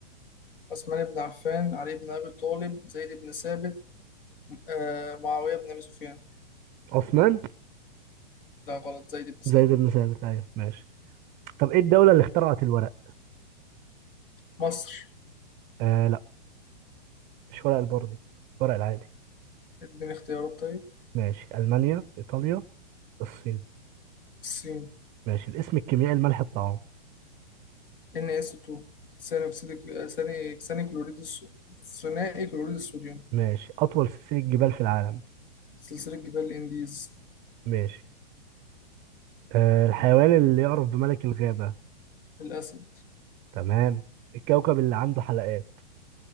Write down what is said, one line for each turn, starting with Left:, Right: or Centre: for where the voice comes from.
Left: عثمان بن عفان علي بن أبي طالب زيد بن ثابت آه، معاوية بن أبي سفيان
Right: عثمان
Left: لا غلط زيد بن ثابت
Right: زيد بن ثابت ايوه ماشي طب ايه الدولة اللي اخترعت الورق؟
Left: مصر
Right: آه لا مش ورق البردي ورق العادي
Left: اديني اختيارات طيب
Right: ماشي المانيا ايطاليا الصين
Left: الصين
Right: ماشي الاسم الكيميائي لملح الطعام
Left: ان اس 2 ثاني أكسيد ثاني ثاني كلوريد الصو- ثنائي كلوريد الصوديوم
Right: ماشي اطول سلسلة جبال في العالم
Left: سلسلة جبال الإنديز
Right: ماشي آه الحيوان اللي يعرف بملك الغابة
Left: الأسد
Right: تمام الكوكب اللي عنده حلقات